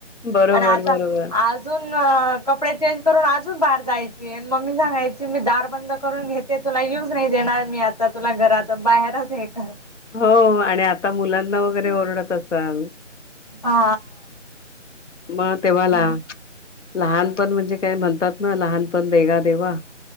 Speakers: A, on the left (about 70°); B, on the left (about 30°).
A: बरोबर
B: आणि आता
A: बरोबर
B: आजून अ कपडे चेंज करून अजून बाहेर जायची, अन मम्मी सांगायची मी दार बंद करून घेते तुला यूच नाही देणार मी आता तुला घरात बाहेरच हे कर
A: हो आणि आता मुलांना वगैरे ओरडत असाल
B: आ.
A: मग तेव्हा ला लहानपण म्हणजे काय म्हणतात ना लहान पण देगा देवा